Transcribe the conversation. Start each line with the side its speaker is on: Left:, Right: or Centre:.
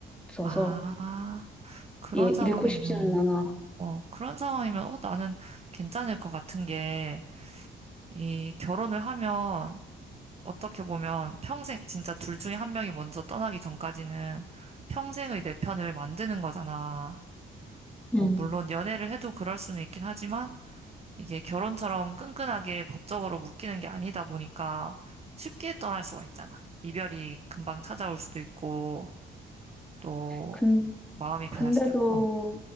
Centre: 없어서,
Right: 아, 그런
Centre: 얘
Right: 상황이면.
Centre: 잃고 싶지는 않아.
Right: 어, 그런 상황이면, 어, 나는 괜찮을 것 같은 게, 이 결혼을 하면, 어떻게 보면 평생, 진짜 둘 중에 한 명이 먼저 떠나기 전까지는 평생의 내 편을 만드는 거잖아.
Centre: 응.
Right: 어, 물론 연애를 해도 그럴 수는 있긴 하지만, 이게 결혼처럼 끈끈하게 법적으로 묶이는 게 아니다 보니까 쉽게 떠날 수가 있잖아. 이별이 금방 찾아올 수도 있고, 또
Centre: 근,
Right: 마음이 변할
Centre: 근데도,
Right: 수도 있고, 어,